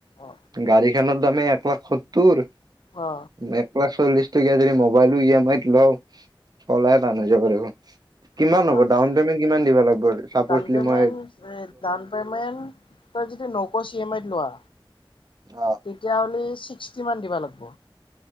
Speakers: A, on the left (about 70°); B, on the right (about 45°).
A: অ
B: গাড়ী সেইখনৰ দামে এক লাখ সত্তৰ
A: অ
B: এ পালাচ চল্লিশ টকীয়া যদি মোবাইলো ই এম আইত লওঁ পলাই এটা লৈ যাব লাগিব কিমান
A: চলাখ
B: হ'ব ডাউন পেমেণ্ট কিমান দিব লাগিব চাপও
A: ডাউন
B: চিলিমৰে।
A: পেমেণ্ট ডাউন পেমেণ্ট তই যদি নক' চি এম আইত লোৱা।
B: অ
A: তেতিয়াহ'লে। চিকচটি মান দিব লাগিব।